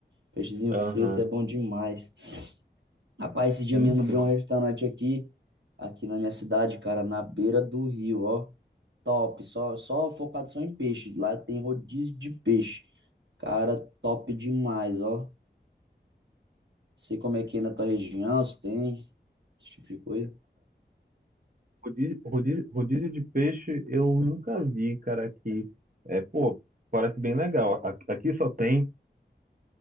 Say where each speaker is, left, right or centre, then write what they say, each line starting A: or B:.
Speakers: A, on the right; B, on the right.
A: Peixezinho
B: Aham,
A: frito é bom demais. Rapaz, esse dia
B: sim,
A: mesmo abriu
B: sim.
A: um restaurante aqui, aqui na minha cidade, cara, na beira do rio, ó. Top, só, só focado só em peixe. Lá tem rodízio de peixe. Cara, top demais, ó. Sei como é que é na tua região, se tem esse tipo de coisa.
B: Rodízio, rodízio, rodízio de peixe eu nunca vi, cara, aqui. É, pô, parece bem legal. A- Aqui só tem